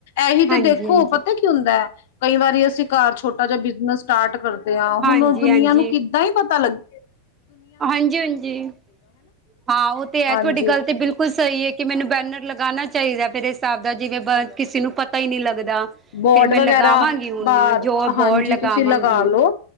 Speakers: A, on the left; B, on the right.
A: ਐਹੀ
B: ਹਾਂਜੀ-ਹਾਂਜੀ,
A: ਤੇ ਦੇਖੋ ਪਤਾ ਕੀ ਹੁੰਦਾ ਹੈ ਕਈ ਵਾਰੀ ਅਸੀਂ ਘਰ ਛੋਟਾ ਜਿਹਾ ਬਿਜਨਸ ਸਟਾਰਟ ਕਰ ਦੇ ਆ
B: ਹਾਂਜੀ-ਹਾਂਜੀ,
A: ਹੁਣ ਦੁਨੀਆਂ ਨੂੰ ਕਿੱਦਾਂ ਹੀ ਪਤਾ ਲੱਗੇ
B: ਹਾਂਜੀ-ਹਾਂਜੀ ਹਾਂ ਉਹ ਤੇ ਹੈ।
A: ਹਾਂਜੀ
B: ਤੁਹਾਡੀ ਗੱਲ ਤੇ ਬਿਲਕੁਲ ਕੁਛ ਸਹੀ ਹੈ ਕਿ ਮੈਨੂੰ ਬੈਨਰ ਲਗਾਣਾ ਚਾਹੀਦੈ ਫੇਰੇ ਹਿਸਾਬ ਦਾ ਜਿਵੇਂ ਬ ਕਿਸੇ ਨੂੰ ਪਤਾ ਹੀ ਨੀ ਲੱਗਦਾ।
A: ਬੋਰਡ
B: ਫਿਰ ਮੈਂ
A: ਵਗੈਰਾ
B: ਲਗਾਵਾਂਗੀ ਹੁਣ
A: ਬਾਰ
B: ਜੋ
A: ਹਾਂਜੀ
B: ਬੋਰਡ ਲਗਾਵਾਂਗੀ।
A: ਤੁਸੀਂ ਲਗਾ ਲਓ